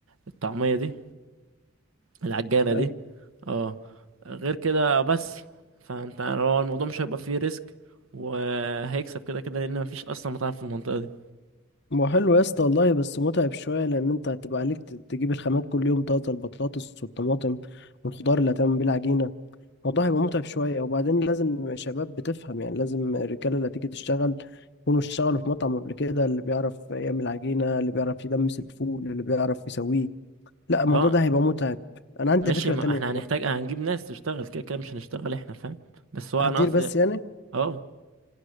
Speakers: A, on the right (about 70°); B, on the left (about 50°).
A: الطعمية دي العجانة
B: لأ؟
A: دي اه غير كده بس فانت هو الموضوع مش هيبقى فيه ريسك وهيكسب كده كده لان مفيش اصلا مطاعم في المنطقة دي
B: ما هو حلو يا اسطى والله بس متعب شوية لأن أنت هتبقى عليك ت- تجيب الخامات كل يوم طازة البطاطس والطماطم والخضار اللي هتعمل بيه العجينة الموضوع هيبقى متعب شوية وبعدين لازم شباب بتفهم يعني لازم الرجالة اللي هتيجي تشتغل يكونوا اشتغلوا في مطعم قبل كده اللي بيعرف يعمل عجينة اللي بيعرف يدمس الفول اللي بيعرف يسويه لا الموضوع
A: اه
B: ده هيبقى متعب أنا عندي
A: ماشي
B: فكرة
A: ما
B: تانية
A: احنا
B: برضو
A: هنحتاج هنجيب ناس تشتغل كده كده مش هنشتغل احنا فاهم بس هو
B: هتدير
A: انا قصدي
B: بس يعني
A: اه